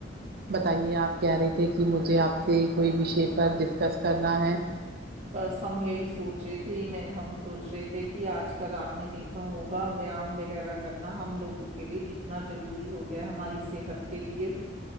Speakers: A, on the right; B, on the right.
A: بتائیے آپ کیا ری کہ مجھے آپ سے کوئی وشے پر ڈسکس کرنا ہے
B: بس ہم یہی سوچ رہے تھے میں ہم سوچ رہے تھے کہ آج کل آپ نے دیکھا ہوگا ویام وغیرہ کرنا ہم لوگوں کے لیے کتنا ضروری ہو گیا ہماری صحت کے لیے